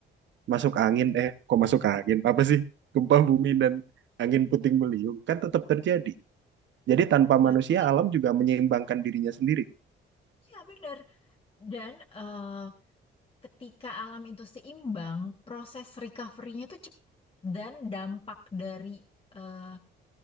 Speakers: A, on the right; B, on the left.
A: masuk angin? Eh, kok masuk angin? Apa sih? Gempa bumi dan angin puting beliung kan tetap terjadi. Jadi
B: Nah,
A: tanpa
B: tapi
A: manusia, alam juga menyeimbangkan dirinya sendiri.
B: ya benar. Dan eh, ketika alam itu seimbang, proses recovery-nya itu cepat. Dan dampak dari eh,